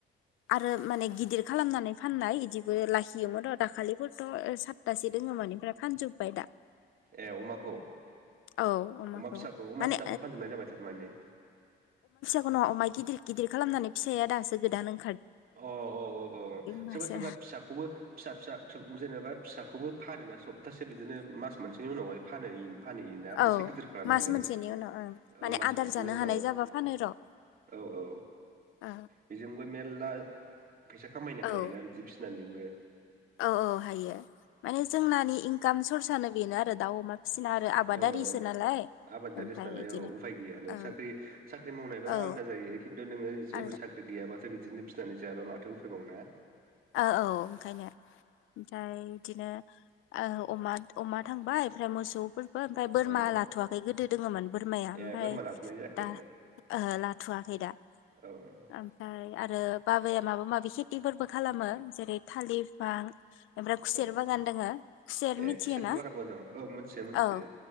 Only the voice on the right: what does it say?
ए अमाखौ
अमा फिसाखौ अमा
फिसाखौ फानजोबनाय जाबाय थार माने?
अ औ औ औ
सोरबा सोरबा फिसाखौबो फिसा फिसा <unintelligible> जेनेबा फिसा खौबो फानोना सप्तासे बिदिनो मास मोनसेनि उनावहाय फानो इन फानहैयोना
एसे गिदिर खालामनानै
औ
मास
मोनसेनि
उनाव
औ औ
बेजोंबो मेलला फैसा खामायनो
हायोना बिदि फि नानैबो।
औ औ
आबादारिसो
नालाय
औ उफाय गैया नों
साख्रि साख्रि मावनायबा
आलदा जायो खिन्थु नोङो जेबो
साख्रि गैयाबा दा बिदिनो फिनानै जायाबा माथो उफायबावना?
औ
ए
बोरमा लाथ'नाय जायाखै
ओहो औ
औ
ए
खुसेरबो बागान मावदों औ मोनथियो मोनथियो